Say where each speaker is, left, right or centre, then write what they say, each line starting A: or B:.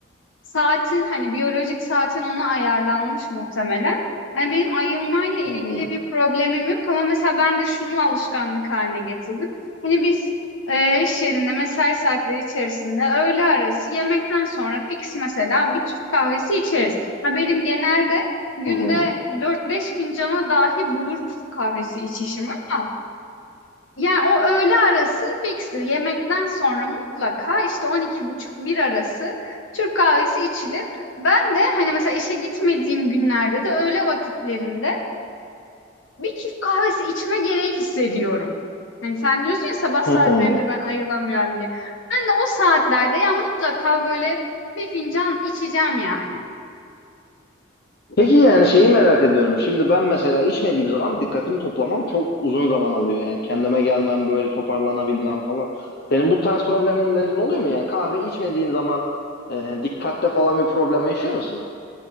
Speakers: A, on the left; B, on the left.
A: Saatin hani biyolojik saatin ona ayarlanmış muhtemelen. Hani benim ayılmayla ilgili
B: Hı hı,
A: bir problemim yok ama mesela ben de şunu alışkanlık haline getirdim. Hani biz e, iş yerinde mesai saatleri içerisinde öğle arası yemekten sonra fix mesela bir Türk kahvesi içeriz. Ha, benim genelde günde
B: hı hı,
A: dört beş fincana dahi bulur Türk kahvesi içişim ama yani o öğle arası fikstir. Yemekten sonra mutlaka işte on iki buçuk bir arası Türk kahvesi içilir. Ben de hani mesela işe gitmediğim günlerde de öğle vakitlerinde bir Türk kahvesi içme gereği hissediyorum. Hani sen diyorsun ya sabah saatlerinde
B: hı hı.
A: ben ayrılamıyorum diye. Ben de o saatlerde ya mutlaka böyle bir fincan içeceğim yani.
B: Peki yani şeyi merak ediyorum. Şimdi ben mesela içmediğim zaman dikkatimi toplamam çok uzun zaman alıyor. Yani kendime gelmem böyle toparlanabilmem falan. Senin bu tarz problemlerin oluyor mu? Yani kahve içmediğin zaman e, dikkatte falan bir problem yaşıyor musun?